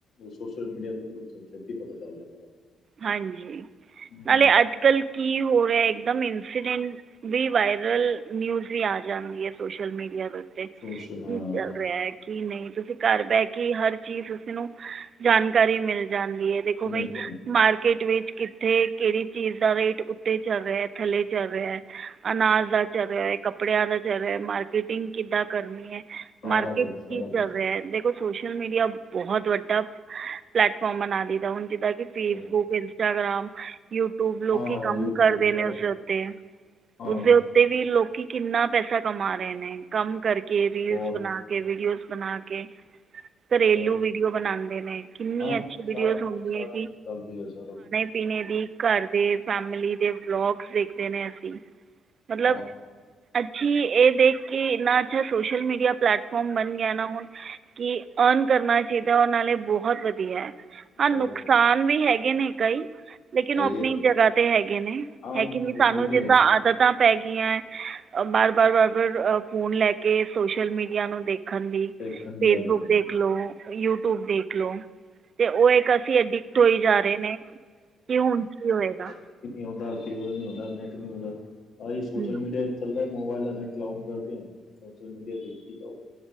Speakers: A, on the left; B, on the right.
A: ਸੋਸ਼ਲ ਮੀਡੀਆ ਦੇ ਥਰੂ ਛੇਤੀ ਪਤਾ ਚੱਲਦਾ ਸਾਰਾ ਕੁਛ
B: ਹਾਂਜੀ
A: ਹਮ,
B: ਨਾਲੇ ਅੱਜ ਕੱਲ੍ਹ ਕੀ ਹੋ ਰਿਹਾ ਇੱਕਦਮ ਇੰਸੀਡੈਂਟ ਆ ਵੀ ਵਾਇਰਲ ਨਿਊਜ ਵੀ ਆ ਜਾਂਦੀ ਐ ਸੋਸ਼ਲ ਮੀਡੀਆ ਦੇ ਉਤੇ ਦੇਖ
A: ਸੋਸ਼ਲ ਹਾਂ
B: ਕੀ ਚੱਲ ਰਿਹਾ ਐ ਕੀ ਨਹੀਂ ਤੁਸੀਂ ਘਰ ਬਹਿ ਕੇ ਹਰ ਚੀਜ਼ ਤੁਸੀ ਨੂੰ ਜਾਣਕਾਰੀ ਮਿਲ ਜਾਂਦੀ ਐ ਦੇਖੋ ਬਾਈ
A: ਮਿਲ ਜਾਂਦਾ
B: ਮਾਰਕੀਟ ਵਿਚ ਕਿੱਥੇ ਕਿਹੜੀ ਚੀਜ਼ ਦਾ ਰੇਟ ਉੱਤੇ ਚਲ ਰਿਹਾ ਆ ਥੱਲੇ ਚੱਲ ਰਿਹਾ ਆ ਅਨਾਜ ਦਾ ਚੱਲ ਰਿਹਾ ਐ ਕੱਪੜਿਆਂ ਦਾ ਚੱਲ ਰਿਹਾ ਐ ਮਾਰਕੀਟਿੰਗ ਕਿੱਦਾਂ ਕਰਨੀ ਐ
A: ਸਾਰਾ
B: ਮਾਰਕੀਟ
A: ਕੁਛ
B: ਚ
A: ਸਾਰਾ
B: ਕੀ ਚੱਲ
A: ਕੁਛ
B: ਰਿਹਾ ਦੇਖੋ' ਓ ਸੋਸ਼ਲ ਮੀਡੀਆ ਬਹੁਤ ਵੱਡਾ ਪਲੈਟਫਾਰਮ ਬਣਾ ਦਿੱਤਾ ਹੁਣ ਜਿੱਦਾਂ ਕਿ ਫੇਸਬੁੱਕ
A: ਬਹੁਤ
B: ਇ ਇੰਸਟਾਗ੍ਰਾਮ ਯੂਟਿਊਬ ਲੋਕੀ
A: ਹਾਂ
B: ਕੰਮ
A: ਯੂਟਿਊਬ
B: ਕਰਦੇ
A: ਸਾਰਾ
B: ਨੇ ਉਸ
A: ਕੁਛ
B: ਉੱਤੇ ਏ
A: ਹਾਂ
B: ਉਸਦੇ ਉ ਉਤੇ ਵੀ ਲੋਕੀ ਕਿੰਨਾ ਪੈਸਾ ਕਮਾ ਰਹੇ ਨੇ ਕੰਮ ਕਰਕੇ ਰੀਲਸ
A: ਬਹੁਤ
B: ਬਣਾ ਕੇ ਵੀਡੀਓਜ਼ ਬਣਾ ਕੇ ਘਰੇਲੂ
A: ਬਹੁਤ
B: ਵੀਡੀਓ ਬਣਾਦੇ ਨੇ ਕਿਨੀ
A: ਹਾਂ
B: ਅੱਛੀ ਵੀਡੀਓ
A: ਸਾਰਾ ਕੁਛ
B: ਹੁੰਦੀ
A: ਸਾਰਾ
B: ਐ ਕਿ
A: ਕੁਛ ਚੱਲਦੇ ਏ ਸਾਰਾ ਕੁਛ
B: ਤੀਣੇ ਦੀ ਘਰ ਦੇ ਫੈਮਲੀ ਦੇ ਬਲੋਕ ਦੇਖਦੇ ਨੇ ਅਸੀ ਈ ਮਤਲਬ
A: ਹਾਂ
B: ਅੱਛੀ ਇਹ ਦੇਖ ਕੇ ਇਨਾ ਜੇ ਸੋਸ਼ਲ ਮੀਡੀਆ ਪਲੈਟਫੋਰਮ ਬਣ ਗਿਆ ਨਾ ਹੁਣ ਕਿ ਅਰਨ ਕਰਨਾ ਚਾਹੀਦਾ ਉਹ ਨਾਲੇ ਬਹੁਤ ਵਧੀਆ ਐ ਆ
A: ਬਹੁਤ
B: ਨੁਕਸ
A: ਵਧੀਆ
B: ਸਾਨ ਵੀ ਹੈਗੇ ਨੇ ਕਈ ਸਾ ਲੇਕਿਨ
A: ਹੈਗੇ
B: ਉਹ ਆਪਣੀ
A: ਹੈਗੇ
B: ਜਗ੍ਹਾ ਤੇ ਹੈਗੇ ਨੇ
A: ਹਾਂ,
B: ਐ ਕਿ ਨਹੀ
A: ਉਹ
B: ਸਾਨੂੰ
A: ਉਹ ਵੀ
B: ਜਿੱਦਾਂ
A: ਹੈਗੀ
B: ਆਦਤ ਤਾ ਆ ਪੈ ਗੀਆਂ ਬਾਰ ਬਾਰ ਬਾਰ ਬਾਰ ਫੋਨ ਲੈ ਕੇ ਸੋਸ਼ਲ ਮੀਡੀਆ ਨੂੰ ਦੇਖਣ ਦੀ
A: ਦੇਖਣ ਦੀ
B: ਫੇਸਬੁੱਕ
A: ਆਦਤ ਹੈ।
B: ਦੇਖਲੋ ਓ ਯੂਟਿਊਬ ਦੇਖਲੋ ਓ ਤੇ ਉਹ ਇਕ ਅਸੀ ਐਡੀ ਈ ਟੋਈ ਜਾ ਰਹੇ ਨੇ ਕਿ ਹੁਣ ਕੀ ਹੋਏਗਾ
A: ਕੀ ਨੀ ਹੁੰਦਾ ਕੇਬਲ ਨੀ ਹੁੰਦਾ ਨੈਟ ਨੀ ਹੁੰਦਾ ਆ ਸੋਸ਼ਲ
B: ਹੂੰ,
A: ਮੀਡੀਆ ਚੱਲ ਆ ਮੋਬਾਈਲ ਜਾਂ ਨੈਟ ਲੋਨ ਕਰਕੇ ਸੋਸ਼ਲ ਮੀਡੀਆ ਦੇਖੀ ਜਾਓ